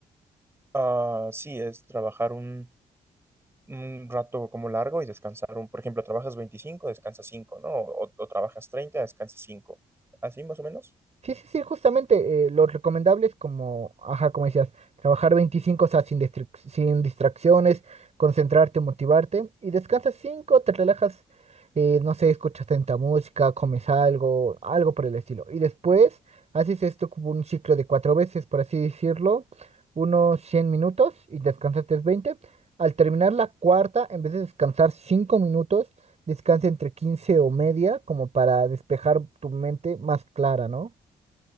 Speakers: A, on the right; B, on the right.
A: Ah, sí, es trabajar un un rato como largo y descansar un, por ejemplo, trabajas 25, descansas cinco ¿no? O, o trabajas 30, descansas cinco Así más o menos.
B: Sí, sí, sí, justamente eh, lo recomendable es como, ajá, como decías, trabajar 25, o sea, sin, distrac- sin distracciones, concentrarte, motivarte y descansas 5, te relajas, eh, no sé, escuchas tanta música, comes algo, algo por el estilo. Y después haces esto como un ciclo de cuatro veces, por así decirlo, unos 100 minutos y descansaste 20. Al terminar la cuarta, en vez de descansar 5 minutos, descansa entre 15 o media como para despejar tu mente más clara, ¿no?